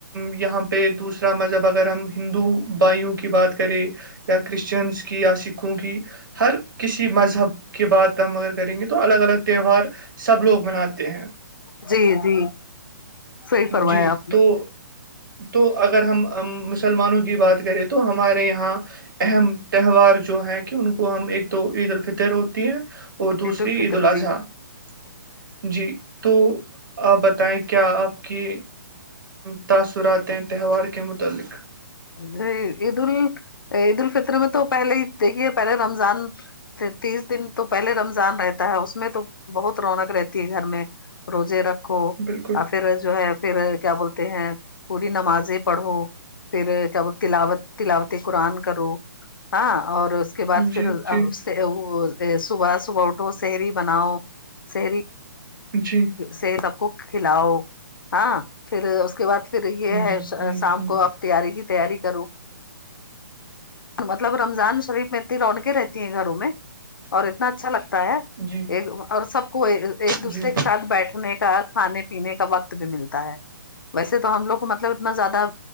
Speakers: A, on the right; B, on the left.
A: یہاں پے دوسرا مذہب اگر ہم ہندو بائھیوں کی بات کریں یا کرسچنس کی یا سکھوں کی ہر کسی مذہب کی بات ہم اگر کریں گے تو الگ الگ تہوار سب لوگ مناتے ہیں
B: جی جی صحیح فرمایا
A: جی
B: آپ
A: تو
B: نے
A: تو اگر ہم مسلمانوں کی بات کریں تو ہمارے یہاں اہم تہوار جو ہے کی ان کو ہم ایک تو عید الفطر ہوتی ہے اور دوسری
B: الفطر
A: عید الاضحی
B: جی
A: جی تو آپ بتائیں کیا آپ کی تاثرات ہیں تہوار کے متعلق
B: جی عید ال عید الفطر میں تو پہلے ہی دیکھیے پہلے رمضان تیس دن تو پہلے رمضان رہتا ہے اس میں تو بہت رونق رہتی ہے گھر میں روزے رکھ کھو
A: بالکل
B: اور پھر جو ہے پھر کیا بولتے ہیں پوری نمازیں پڑھو پھر کیا بول تلاوت تلاوت قرآن کرو ہاں اور اس کے بعد
A: جی
B: پھر
A: جی
B: وہ صبح صبح اٹھو سہری بناؤ سہری
A: جی
B: سے سب کو کھلاؤ ہاں پھر اس کے بعد پھر یے
A: جی
B: ہے
A: جی
B: شام
A: جی
B: کو کی افتیاری کی تیاری کروں مطلب رمضان شریف میں اتنی رونقیں رہتی ہیں گھروں میں اور اتنا اچھا لگتا ہے
A: جی
B: ایک اور سب کو ایک دوسرے
A: جی
B: کے ساتھ بیٹھنے کا کھانے پینے کا وقت بھی ملتا ہے ویسے تو ہم لوگ کو مطلب اتنا زیادہ